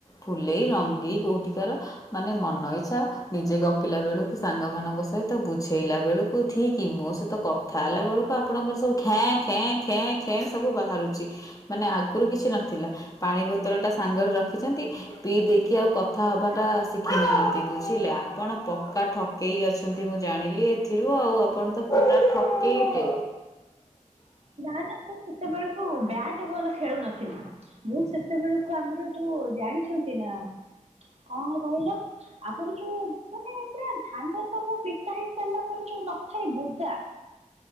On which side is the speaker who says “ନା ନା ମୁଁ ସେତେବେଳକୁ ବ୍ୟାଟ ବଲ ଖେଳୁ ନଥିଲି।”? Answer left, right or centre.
Right